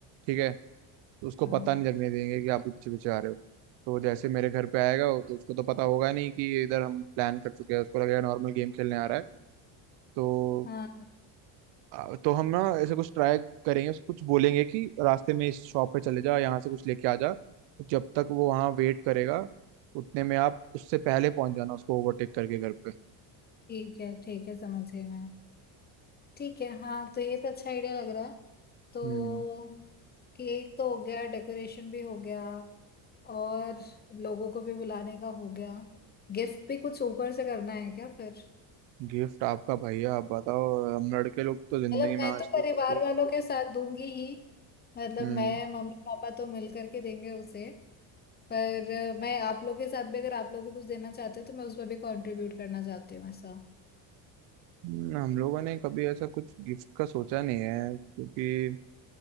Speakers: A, on the right (about 65°); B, on the left (about 20°).
A: ठीक है तो उसको
B: हाँ
A: पता नहीं लगने देंगे कि आप भी पीछे पीछे आ रहे हो तो जैसे मेरे घर पे आएगा वो तो उसको तो पता होगा नहीं कि इधर हम प्लान कर चुके हैं उसको लगेगा नॉर्मल गेम खेलने आ रहा है तो
B: हाँ
A: आ, तो हम ना ऐसे कुछ ट्राई करेंगे उसको कुछ बोलेंगे कि रास्ते में इस शॉप पे चले जा यहाँ से कुछ लेके आ जा जब तक वो वहाँ वेट करेगा उतने में आप उससे पहले पहुंच जाना उसको ओवरटेक करके घर पे
B: ठीक है ठीक है समझ गई मैं ठीक है हाँ तो ये तो अच्छा आइडिया लग रहा है तो
A: हम्म
B: केक तो हो गया डेकोरेशन भी हो गया और लोगों को भी बुलाने का हो गया गिफ्ट भी कुछ ऊपर से करना है क्या फिर
A: गिफ्ट आपका भैया आप बताओ हम लड़के लोग तो जिंदगी
B: मतलब मैं
A: में आज
B: तो
A: तक
B: परिवार
A: किसी-
B: वालों के साथ दूंगी ही मतलब
A: हम्म
B: मैं मम्मी पापा तो मिल करके देंगे उसे पर मैं आप लोग के साथ भी अगर आप लोग भी कुछ देना चाहते हो तो मैं उसमें भी कंट्रीब्यूट करना चाहती हूँ ऐसा
A: हम्म, हम लोगों ने कभी ऐसा कुछ गिफ्ट का सोचा नहीं है क्योंकि